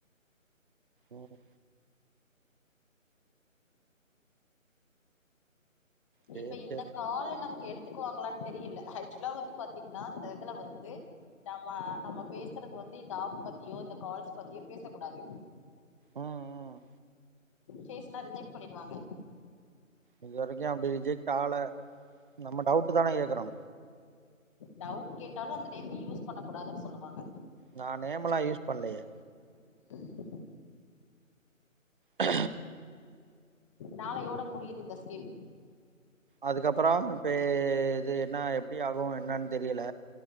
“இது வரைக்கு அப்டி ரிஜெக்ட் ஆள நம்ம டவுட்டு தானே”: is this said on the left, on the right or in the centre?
Right